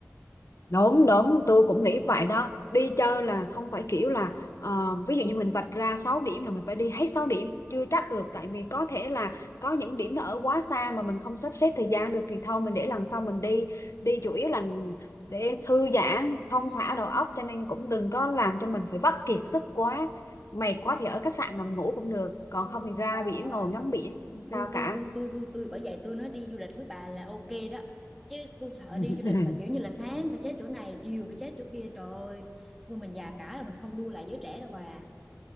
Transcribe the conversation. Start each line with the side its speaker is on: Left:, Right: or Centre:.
Left: đúng đúng tôi cũng nghĩ vậy đó đi chơi là không phải kiểu là ờ, ví dụ như mình vạch ra 6 điểm là mình phải đi hết 6 điểm chưa chắc được tại vì có thể là có những điểm nó ở quá xa mà mình không sắp xếp thời gian được thì thôi mình để lần sau mình đi đi chủ yếu là để thư giãn thong
Centre: Ừm.
Left: thả đầu óc cho nên cũng đừng có làm cho mình phải vắt kiệt sức quá mệt quá thì ở khách sạn nằm ngủ cũng được còn
Centre: Ờ,
Left: không thì ra
Centre: ờ,
Left: biển
Centre: ờ.
Left: ngồi ngắm biển không sao
Centre: gu tôi
Left: cả
Centre: gu tôi gu tôi bởi vậy tôi nói đi du lịch với bà là ok đó chứ tôi sợ
Left: <laughs>
Centre: đi du lịch mà kiểu như là sáng phải chết chỗ này chiều phải chết chỗ kia trời ơi thôi mình già cả rồi mình không đua lại giới trẻ đâu bà à.